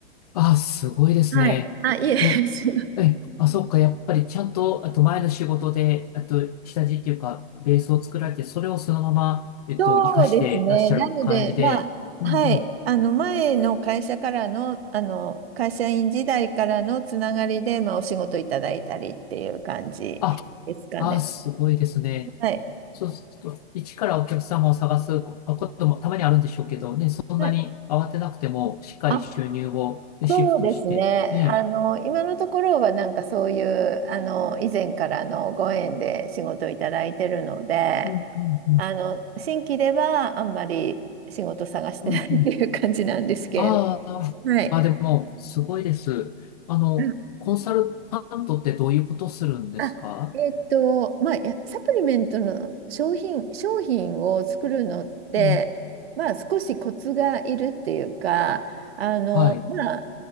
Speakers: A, on the left (about 40°); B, on the right (about 70°).
A: あ、すごいですね。
B: はい。あ、いえ。<laughs>
A: え、え、あ、そっか、やっぱりちゃんと、あと前の仕事で、あと下地っていうか、ベースを作られて、それをそのまま、えっと、
B: そうですね。
A: 活かしてらっしゃる感じで、
B: なので、まあ、
A: うんうん。
B: はい。あの、前の会社からの、あの、会社員時代からのつながりで、まあ、お仕事いただいたりっていう感じですかね。
A: あ、あ、すごいですね。
B: はい。
A: そうすると、一からお客様を探すここともたまにあるんでしょうけど、ね、そんなに慌てなくても、
B: はい。
A: しっかり収入をねシフトして、
B: あ、そうですね。
A: ね。
B: あの、今のところは、なんかそういう、あの、以前からのご縁で仕事をいただいてるので、
A: うんうんうん。
B: あの、新規ではあんまり仕事探してないっていう感じなんですけれ
A: うんうん。ああ、
B: ど。はい。
A: あ、でも、すごいです。あの、
B: うん
A: コンサルタントってどういうことするんですか
B: あえっと、まあ、いやサプリメントの商品、商品を作るのって、
A: うん。
B: まあ、少しコツがいるっていうか、あの、
A: はい。
B: まあ、